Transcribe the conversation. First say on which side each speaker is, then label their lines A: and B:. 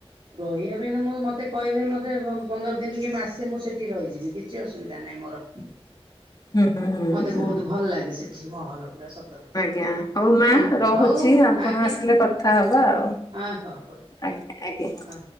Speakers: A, on the right (about 55°); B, on the left (about 40°).
A: ରହିବା ମୁଁ ମତେ କହିଲେ ମତେ ପନ୍ଦର ଦିନ କି ମାସେ ମୁଁ ସେଠି ରହି ଯିବି କିଛି ଅସୁବିଧା ନାହିଁ ମୋର।
B: ହୁଁ ହୁଁ
A: ମତେ
B: ହୁଁ।
A: ବହୁତ ଭଲ ଲାଗେ ସେଟା ମହଲ ପୁରା କଥା।
B: ଆଜ୍ଞା ହଉ ମା
A: ସମ
B: ରହୁଛି
A: ହଉ
B: ଆପଣ
A: ଆଜ୍ଞା
B: ଆସିଲେ କଥା ହବା ଆଉ
A: ହଁ ହଉ ହଉ
B: ଆଜ୍ଞା। ଆଜ୍ଞା।
A: ହଁ।